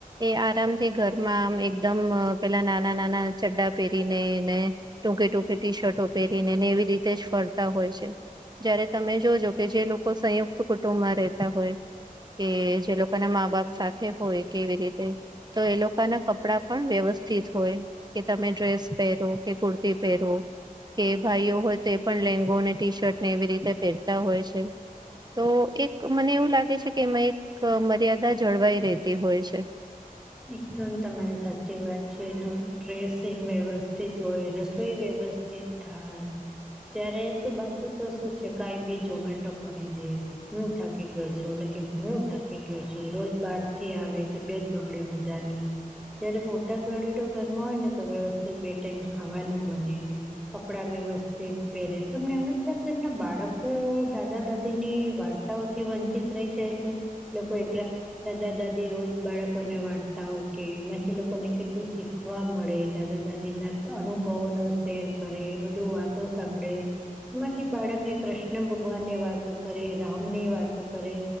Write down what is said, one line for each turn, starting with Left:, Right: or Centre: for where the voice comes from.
Right: એ આરામથી ઘરમાં આમ એકદમ, અ પેલા નાના નાના ચડ્ડા પહેરીને, ને ટૂંકી ટૂંકી ટી શર્ટો પહેરીને, ને એવી રીતે જ ફરતા હોય છે, જયારે તમે જોજો કે જે લોકો સંયુક્ત કુટુંબમાં રહેતા હોય. કે જે લોકોના મા બાપ સાથે હોય, કેવી રીતે તો એ લોકોના કપડા પણ વ્યવસ્થિત હોય. કે તમે ડ્રેસ પહેરો, કે કુર્તી પહેરો. કે ભાઈઓ હોયતો, એ પણ લેંગો અને ટી શર્ટને એવી રીતે પહેરતા હોય છે. તો, એક મને એવું લાગે છે કે, એમાં એક મર્યાદા જળવાઈ રહેતી હોય છે.
Centre: એકદમ તમારી સાચી વાત છે, એનું ડ્રેસિંગ વ્યવસ્થિત હોય, રસોઈ વ્યવ તી થાય, જ્યારે તો બાકી તો શું છે કાઈ બી ઝોમેટો કરી દે. હું થાકી ગઈ છું, ઓલો કે હું થાકી ગયો છું, રોજ બાર થી આવે, તબિયત બ ગડે બધાની. જયારે મોટા વડીલો ઘરમાં હોયને, તો વ્યવસ્થિત બે ટાઈમ ખાવાનું બને. કપડા વ્યવસ્થિત પહેરે, તમને એમ નથી લાગતું એમના બાળકો દાદા દાદીની વાર્ત ર્તા ઓ થી વંચિત રહી જાય છે, એ લોકો એકલા દાદા દાદી રોજ બાળકો લોકોને વાર્તાઓ કે, એમાંથી એ લોકોને કેટલું શીખવા મળે, દાદા દાદી ના તો અનુભવોનો શેર કરે, એ બધું વાતો સાંભળે. એમાંથી બાળકને કૃષ્ણ ભગવાન ની વાતો કરે, રામ ની વાતો કરે.